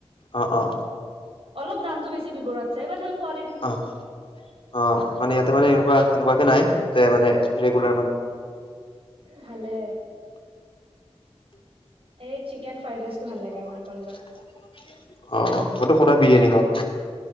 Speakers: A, on the left; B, on the right.
A: অ অ
B: অলপ দামটো বেছি বিৱৰাৰতছে বা ধৰি কোৱা
A: অ অ মানে ইয়াতে মানে এনেকুৱা সেনেকুৱাকে নাই এ মানে ৰেগুলাৰ মানে
B: ভালে এই চিকেন ফ্ৰাইড ৰাইচ টো ভাল লাগে
A: অ
B: আমাৰ কলেজৰ
A: মইতো সদায় বিৰিয়ানী খাওঁ